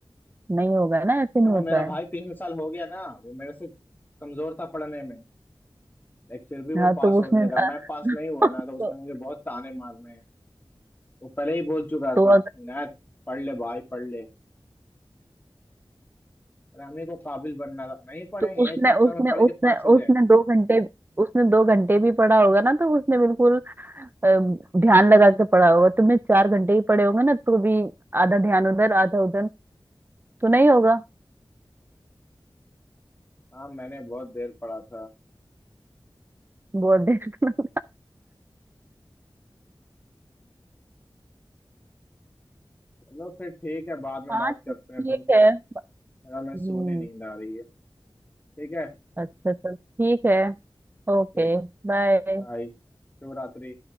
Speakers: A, on the right; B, on the left.
A: नहीं होगा ना ऐसे
B: नहीं
A: नहीं
B: वो
A: होता
B: मेरा भाई
A: है
B: पिछले साल हो गया ना वो मेरे से कमजोर था पढ़ने में लाइक फिर भी वो
A: हाँ
B: पास
A: तो
B: हो
A: उसने
B: गया
A: अ,
B: अगर मैं पास नहीं हुआ
A: <laughs>
B: ना तो उसने
A: तो,
B: मुझे बहुत ताने मारने हैं वो पहले ही बोल चुका
A: तो
B: था
A: अगर
B: नायत पढ़ ले भाई पढ़ ले पर हमें को काबिल बनना था नहीं पढ़ेंगे
A: तो उसने
B: एक हफ्ता
A: उसने
B: में पढ़ के
A: उसने
B: पास हो जाएंगे
A: उसने दो घंटे उसने दो घंटे भी पढ़ा होगा ना तो उसने बिल्कुल अ, ध्यान लगा के पढ़ा होगा तुमने चार घंटे ही पढ़े होंगे ना तो भी आधा ध्यान उधर आधा उधर तो नहीं होगा
B: हाँ मैंने बहुत देर पढ़ा था
A: बहुत देर <laughs>
B: चलो फिर ठीक है बाद में
A: हाँ
B: बात
A: ठीक
B: करते
A: ठीक
B: हैं तुमसे
A: है
B: मेरा
A: हम्म
B: मैं सोने नींद आ रही है ठीक है
A: अच्छा चल ठीक है ओके
B: ठीक है
A: बाय
B: बाय शुभ रात्रि